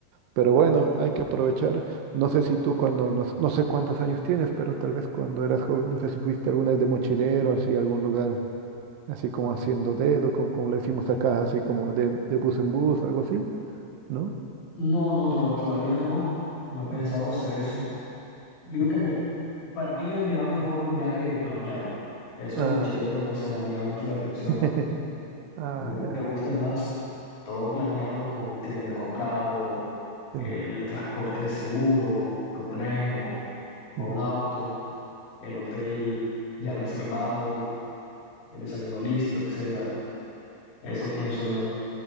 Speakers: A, on the right; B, on the left.
A: Pero bueno, hay que aprovechar. No sé si tú cuando, no, s- no sé cuántos años tienes, pero tal vez cuando eras joven, no sé si fuiste alguna vez de mochilero, así, a algún lugar así como haciendo dedo, como, como le decimos acá, así como de, de bus en bus, algo así, ¿no?
B: no, no, to- todavía no. No he pensado
A: Ujú,
B: hacer eso. Digo
A: ujú.
B: que me, para mí me, me va mejor un viaje planeado. Eso
A: Ah,
B: de mochilero,
A: ya.
B: no sé, no me llama mucho la atención.
A: <laughs> Ah,
B: Me,
A: ya.
B: me gusta es más todo planeado con tiquete comprado,
A: Sí,
B: el, el transporte seguro, tu tren o, o
A: ujú.
B: un auto, el hotel ya reservado, el desayuno listo, etc. Eso pienso yo.